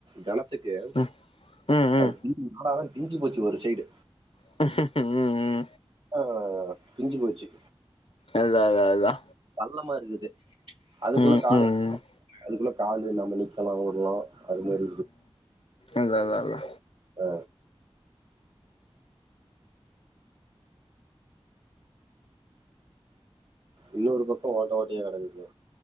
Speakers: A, on the right; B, on the left.
A: கணத்துக்கு
B: ம் ம்
A: அது <inaudible> நாடா பிஞ்சி போச்சி ஒரு சைடு
B: ம் ம்
A: ஆ பிஞ்சு போச்சு
B: அத அத அதா
A: பள்ளமா இருக்குது அதுக்குள்ள
B: ம்
A: கால
B: ம்
A: <inaudible> அதுக்குள்ள காலு இல்லாம நிக்கலா ஓட்லா அது மாரி இருக்கு
B: அத அத அதா
A: ஓ இன்னொரு பக்கோ ஓட்ட ஓட்டையா கெடந்தது